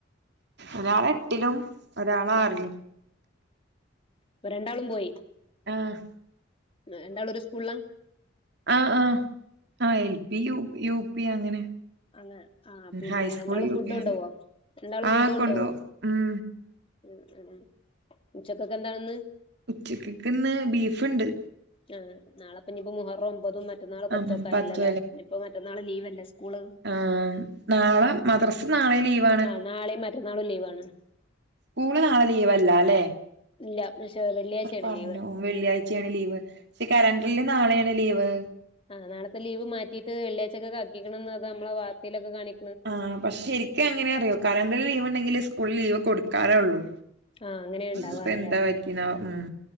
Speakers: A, on the right; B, on the left.
A: ഒരാള് എട്ടിലും ഒരാള്
B: ആഹ്
A: ആറിലും
B: ഇപ്പൊ രണ്ടാളും പോയി
A: ആഹ്
B: രണ്ടാളും ഒരു സ്കൂളില
A: ആ ആ ആ എൽ പി യു പി അങ്ങനെ
B: അങ്ങനെ ആഹ് പിന്നെ
A: ഹൈസ്കൂളക്കെ
B: രണ്ടാളും ഫുഡ് കൊണ്ടോവോ രണ്ടാളും
A: ആ
B: ഫുഡ് കൊണ്ടോവോ
A: കൊണ്ട് പോകും. മ്
B: <unintelligible> ഉച്ചക്കൊക്കെ എന്താണന്ന്
A: ഉച്ചക്ക്ക്ക്ന്ന് ബീഫ്ണ്ട്
B: ആ നളെപ്പനിപ്പ മുഹറും ഒമ്പതും മ മറ്റന്നാള് പത്തൊക്കെ
A: ഉം പത്ത്
B: ആല്ലേ ഇനിപ്പൊ മറ്റന്നാള് ലീവ്ല്ലേ സ്കൂള്
A: ആ നാളെ മദ്രാസ നാളെ ലീവ
B: ആഹ് നാളെയും മറ്റന്നാളും ലീവാണ്
A: സ്കൂള് നാളെ ലീവല്ല ലേ
B: ഇല്ല പക്ഷെ വെള്ളിയാഴ്ചയാണ്
A: പറഞ്ഞു
B: ലീവ്
A: വെള്ളിയാഴ്ചയാണ് ലീവ് പക്ഷെ കലണ്ടറില് നാളെയാണ് ലീവ്
B: ആ നാളത്തെ ലവ് മാറ്റിട്ട് വെള്ളിയഴ്ചക്ക ആക്കിയേക്കണ് നമ്മള വാർത്തയിലൊക്കെ കാണിക്ക
A: ആ പക്ഷെ ശരിക്കും അങ്ങനെ അറിയോ കലണ്ടറി ലീവ് ഉണ്ടെങ്കിൽ സ്കൂളിൽ ലീവ് കൊടുക്കാറോള്ളു
B: ആഹ് അങ്ങനെ ഇണ്ടാവാറല്ലേ
A: ഇതിപ്പ എന്താ പറ്റിന്നാവോ മ്മ്